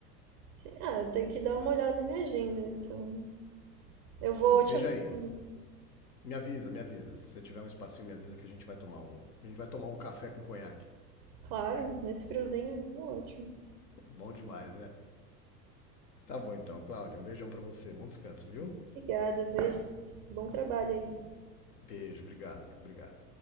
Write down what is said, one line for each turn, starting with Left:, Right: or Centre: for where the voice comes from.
Right: Sim, ah, eu tenho que dar uma olhada na minha agenda, então eu vou
Left: Veja
Right: te avisando.
Left: aí. Me avisa, me avisa. Se você tiver um espacinho, me avisa que a gente vai tomar um. A gente vai tomar um café com conhaque.
Right: Claro, nesse friozinho aí é ótimo.
Left: Bom demais, né? Tá bom então, Cláudio. Um beijão pra você. Bom descanso, viu?
Right: Obrigada, beijos. Bom trabalho aí.
Left: Beijo, obrigado, obrigado.